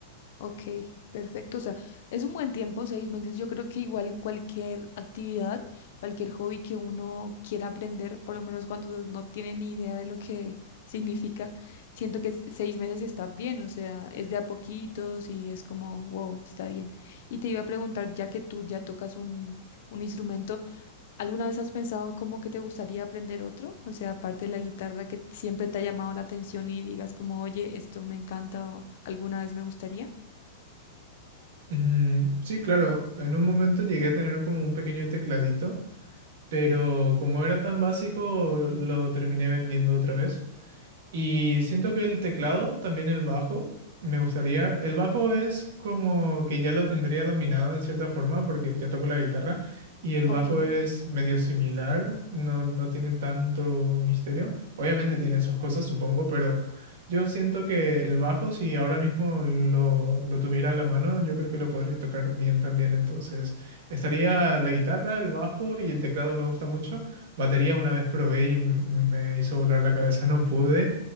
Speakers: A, on the left; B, on the right.
A: Ok, perfecto. O sea, es un buen tiempo, seis meses. Yo creo que igual cualquier actividad, cualquier hobby que uno quiera aprender, por lo menos cuando no tiene ni idea de lo que <laughs> significa, siento que s- seis meses está bien. O sea, es de a poquitos y es como, wow, está bien. Y te iba a preguntar, ya que tú ya tocas un, un instrumento, ¿alguna vez has pensado cómo que te gustaría aprender otro? O sea, aparte de la guitarra que siempre te ha llamado la atención y digas como, oye, esto me encanta o alguna vez me gustaría.
B: Mm, sí, claro, en un momento llegué a tener como un pequeño tecladito, pero como era tan básico, lo terminé vendiendo otra vez. Y siento que el teclado, también el bajo, me gustaría. El bajo es como que ya lo tendría dominado en cierta forma porque ya toco la guitarra y el
A: Ok,
B: bajo es medio similar, no, no tiene tanto misterio. Obviamente tiene sus cosas, supongo, pero yo siento que el bajo, si ahora mismo lo, lo tuviera a la mano, yo creo que lo podría tocar bien también. Entonces, estaría la guitarra, el bajo y el teclado me gusta mucho. Batería una vez probé y m- me hizo volar la cabeza, no pude.